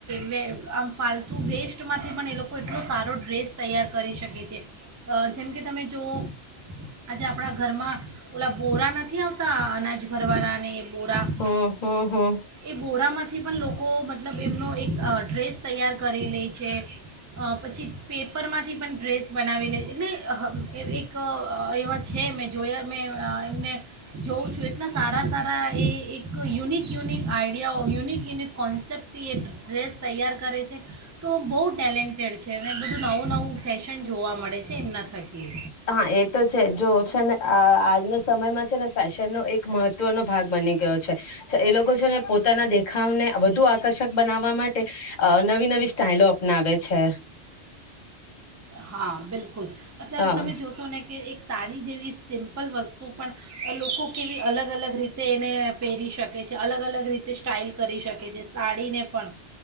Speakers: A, on the right; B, on the left.
A: વ આમ ફાલતુ વેસ્ટ. માથી બનેલો. એટલો સારો ડ્રેસ તૈયાર કરી શકે છે જેમકે તમે જુઓ આજે આપણા ઘરમાં. ઓલા બોરા નથી આવ અનાજ ભરવાના અને બોરા
B: હમ હમ હમ
A: એ બોરા માંથી પણ લોકો મતલબ એમનો એક અ ડ્રેસ તૈયાર કરી લે છે પછી પેપરમાંથી પણ ડ્રેસ બનાવી લે એટલે એક એવા છે મેં જોયા મેં એમને જોઉં છું એટલા સારા સારા એ એક unique unique. Idea of unique unit. કોન્સેપ્ટથી એ ડ્રેસ તૈયાર કરે છે તો બહુ. ટેલેન્ટેડ છે. બધું નવું નવું ફેશન જોવા મળે છે એમના થકી.
B: હા એ તો છે જો છે ને આ આજના સમયમાં છે ને ફેશનનો એક મહત્વનો ભાગ બની ગયો છે એ લોકો છે ને પોતાના દેખાવને વધુ આકર્ષક બનાવવા માટે અ નવી નવી સ્ટાાઈલો અપનાવે છે.
A: હા બિલકુલ. કુલ અત્યારે
B: હા
A: તમે જોશો ને કે એક સાડી જેવી સિમ્પ લ વસ્તુ પણ. લોકો કેવી અલગ અલગ રીતે એને પહેરી શકે છે અલગ અલગ રીતે સ્ટાઇલ કરી શકે છે સાડીને પણ.